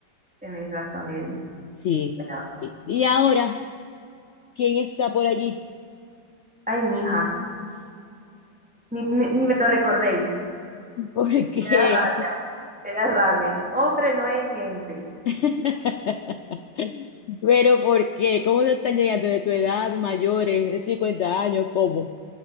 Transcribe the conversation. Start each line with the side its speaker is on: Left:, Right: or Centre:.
Centre: Tenéis razón, Eli.
Left: Sí.
Centre: Bueno,
Left: Y, y ahora, ¿quién está por allí?
Centre: ay, mija, ni, ni, ni me lo recordéis.
Left: por qué
Centre: Me da rabia, me da rabia. Hombre, no es gente.
Left: <laughs> pero ¿por qué? ¿Cómo te están llegando de tu edad, mayores, de 50 años? ¿Cómo?